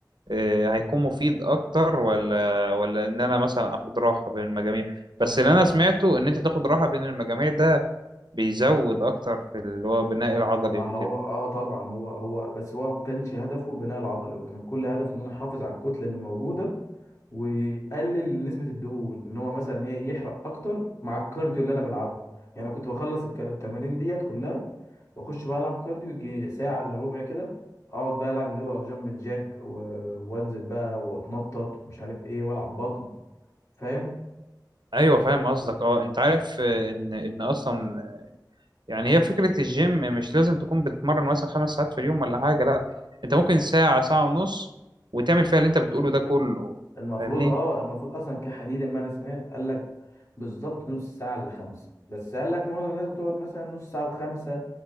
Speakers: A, on the right (about 80°); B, on the left (about 45°).
A: آه، هيكون مفيد اكتر ولا ولا ان انا مثلا اخد راحه بين المجاميع بس اللي انا سمعته ان انت تاخد راحه بين المجاميع ده بيزود اكتر في اللي هو بناء العضلي
B: ما
A: وكده
B: هو اه طبعا هو هو بس هو ما كانش هدفه بناء العضلي هو كان كل هدفه انه يحافظ على الكتله اللي موجوده ويقلل نسبه الدهون ان هو مثلا ايه يحرق اكتر مع الكارديو اللي انا بلعبه يعني أنا كنت بخلص الك- التمارين ديت كلها واخش بقى العب كارديو يجي ساعه الا ربع كده اقعد بقى العب اللي هو جامب جاك و... وانزل بقى واتنطط ومش عارف ايه والعب بطن فاهم
A: ايوه فاهم قصدك اه انت عارف آه، ان ان اصلا يعني هي فكره الجيم مش لازم تكون بتتمرن مثلا خمس ساعات في اليوم ولا حاجه لا انت ممكن ساعه ساعه ونص وتعمل فيها اللي انت بتقوله ده كله
B: المفروض
A: فاهمني
B: اه المفروض اصلا كحديد ما انا سمعت قال لك بالظبط نص ساعه الا خمسه بس قال لك معظم الناس بتقعد مثلا نص ساعه وخمسه